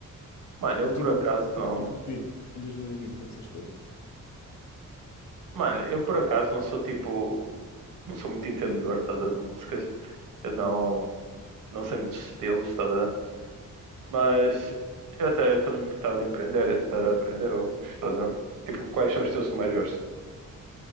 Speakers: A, on the right; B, on the left.
A: Mano, eu
B: O
A: por
B: tipo,
A: acaso
B: o que
A: não.
B: estavas a ouvir em 2020, essas coisas.
A: Mano, eu por acaso não sou tipo. Não sou muito entendedor, tá, a ver, de músicas. Eu não, não sei muitos estilos, tá, a ver? Mas eu até estou me importava de empreender, de aprender alguns, tá, a ver? Tipo, quais são os teus que mais gosto?